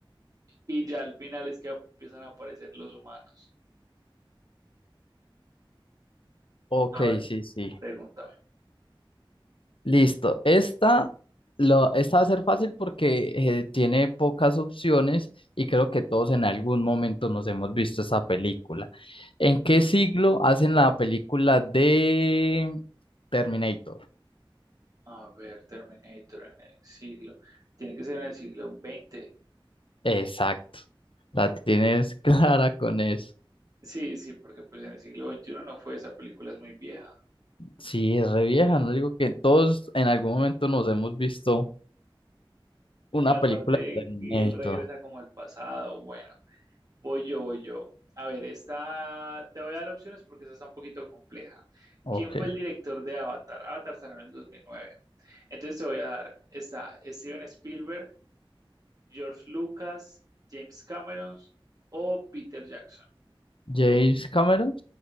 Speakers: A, on the right (about 40°); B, on the left (about 70°).
A: y ya al final es que empiezan a aparecer los humanos.
B: Ok,
A: A ver,
B: sí, sí.
A: pregúntame.
B: Listo. Esta, lo, esta va a ser fácil porque eh, tiene pocas opciones y creo que todos en algún momento nos hemos visto esta película. ¿En qué siglo hacen la película de Terminator?
A: A ver, Terminator en el siglo. Tiene que ser en el siglo XX.
B: Exacto. La tienes <laughs> clara con eso.
A: Sí, sí, porque pues en el siglo XXI no fue, esa película es muy vieja.
B: Sí, es re vieja, no digo que todos en algún momento nos hemos visto una
A: Y aparte,
B: película de Terminator.
A: él regresa como al pasado. Bueno, voy yo, voy yo. A ver, esta te voy a dar opciones porque esta está un poquito compleja.
B: Ok.
A: ¿Quién fue el director de Avatar? Avatar salió en el 2009. Entonces te voy a dar, está Steven Spielberg, George Lucas, James Cameron o Peter Jackson.
B: James Cameron?